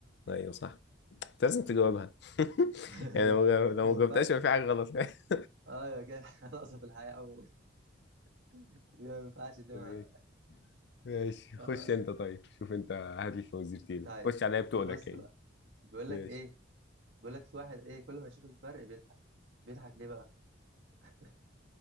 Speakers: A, on the left; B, on the right.
A: أيوه صح أنت لازم تجاوبها <laughs>
B: <laughs>
A: يعني لو
B: ده
A: لو
B: ما
A: ما
B: ينفعش
A: جاوبتهاش يبقى في حاجة غلط <laughs>
B: اه يا جدع <laughs> ناقصه في الحياه اول دي ما ينفعش دي
A: ماشي
B: ما
A: ماشي، خش
B: آه.
A: أنت طيب شوف أنت هات لي الفوازير تاني
B: طيب
A: خش عليا بتقولك
B: بص
A: يعني
B: بقى بيقول
A: ماشي
B: لك ايه بيقول لك في واحد ايه كل ما يشوف الفرق بيضحك بيضحك ليه بقى <laughs>